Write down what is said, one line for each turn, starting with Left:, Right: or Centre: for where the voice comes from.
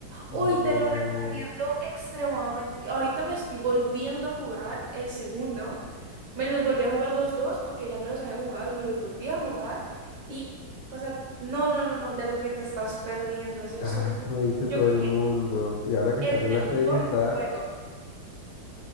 Left: No.
Right: Uy, te lo recomiendo extremadamente. Ahorita me estoy volviendo a jugar el segundo. Me los volví a jugar los dos porque ya me los había jugado y me los volví a jugar. Y, o sea, no, no, no, no, de lo que te estás perdiendo. Es eso.
Left: Ah, eso me dice todo
Right: Yo creo
Left: el mundo. Y ahora que
Right: que
Left: salió
Right: el
Left: la
Right: mejor
Left: serie está...
Right: juego.